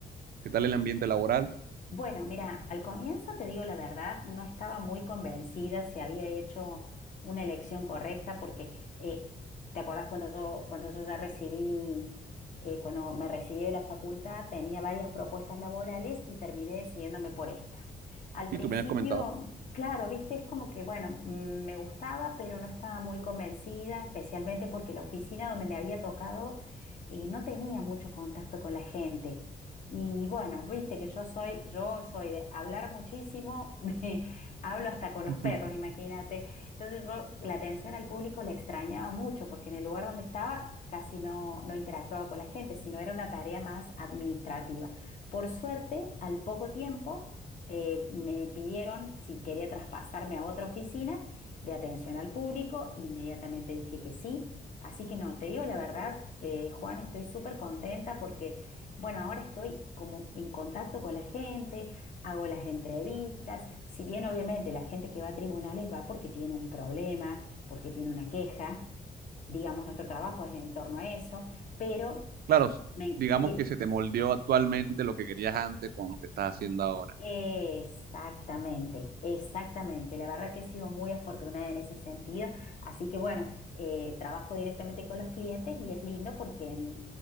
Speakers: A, on the right; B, on the left.
A: ¿Qué tal el ambiente laboral?
B: Bueno, mira, al comienzo te digo la verdad, no estaba muy convencida si había hecho una elección correcta, porque eh, te acordás cuando yo, cuando yo ya recibí mi, eh, cuando me recibí de la facultad, tenía varias propuestas laborales y terminé decidiéndome por esta. Al principio,
A: Y tú me has comentado.
B: claro, viste, es como que, bueno, mm, me gustaba, pero no estaba muy convencida, especialmente porque la oficina donde me había tocado eh, no tenía mucho contacto con la gente. Y bueno, viste que yo soy, yo soy de hablar muchísimo, <laughs> de- hablo hasta con los
A: Ujú.
B: perros, imagínate. Entonces yo la atención al público la extrañaba mucho porque en el lugar donde estaba casi no, no interactuaba con la gente, sino era una tarea más administrativa. Por suerte, al poco tiempo eh, me pidieron si quería traspasarme a otra oficina de atención al público, inmediatamente dije que sí. Así que no, te digo la verdad, eh, Juan, estoy súper contenta porque... Bueno, ahora estoy como en contacto con la gente, hago las entrevistas, si bien obviamente la gente que va a tribunales va porque tiene un problema, porque tiene una queja, digamos, nuestro trabajo es en torno a eso, pero
A: Claro, s-
B: me, en-
A: digamos
B: eh,
A: que se te moldeó actualmente lo que querías antes con lo que estás haciendo ahora.
B: Exactamente, exactamente. La verdad que he sido muy afortunada en ese sentido. Así que bueno, eh, trabajo directamente con los clientes y es lindo porque mm,